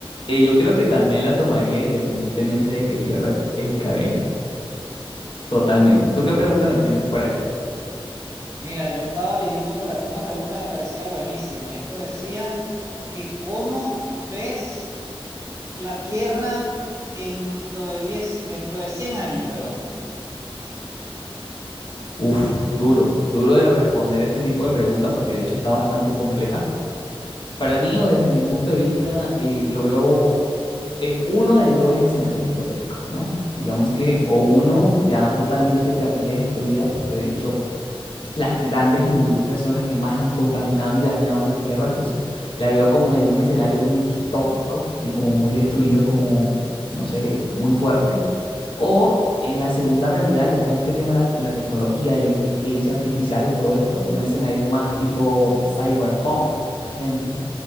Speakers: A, on the left; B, on the right.
A: eh, yo creo que también la tomaría independientemente de que pierda el el cabello. Totalmente. ¿Y tú qué pregunta me tienes por ahí?
B: Mira, yo estaba leyendo por acá una pregunta que me parecía buenísima y esto decía que ¿cómo ves? La Tierra dentro de 10 dentro de 100 años, perdón.
A: Uf, duro, duro de responder este tipo de pregunta porque de hecho está bastante compleja. Para mí o desde mi punto de vista, eh, lo veo en uno de dos escenarios hipotéticos, ¿no? Digamos que o uno ya totalmente perdida y destruida, porque de hecho las grandes industrias son las que más han contaminado y dañado la Tierra, entonces la veo como en un escenario muy distópico, ¿sí? Como muy destruido, como, no sé, muy fuerte. O en la segunda realidad, ya con este tema de la, la tecnología, de la inteligencia artificial y todo esto, un escenario más tipo cyberpunk, por ejemplo.